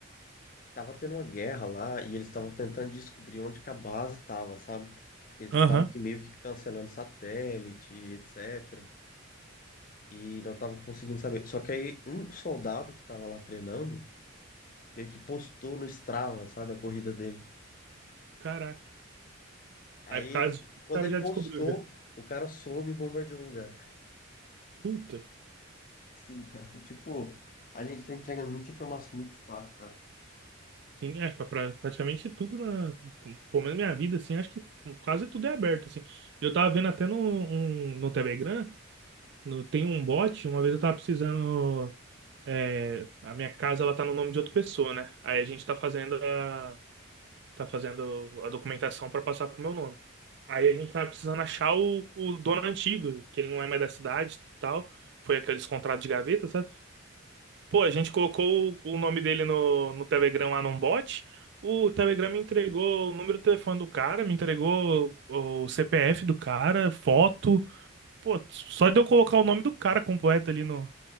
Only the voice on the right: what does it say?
Aham.
Caraca.
Aí por causa disso, o
cara
já
descobriu, já.
Puta.
Sim, é, pra- pra- praticamente tudo na, pelo menos minha vida, assim, acho que quase tudo é aberto, assim. Eu tava vendo até no, um- no Telegram, no- tem um bot, uma vez eu tava precisando, é, a minha casa, ela tá no nome de outra pessoa, né? Aí a gente tá fazendo a, tá fazendo a documentação pra passar pro meu nome. Aí a gente tava precisando achar o, o dono antigo, que ele não é mais da cidade e tal, foi aqueles contratos de gaveta, sabe? Pô, a gente colocou o, o nome dele no, no Telegram lá num bot. O Telegram me entregou o número do telefone do cara, me entregou o, o CPF do cara, foto. Pô, só de eu colocar o nome do cara completo ali no,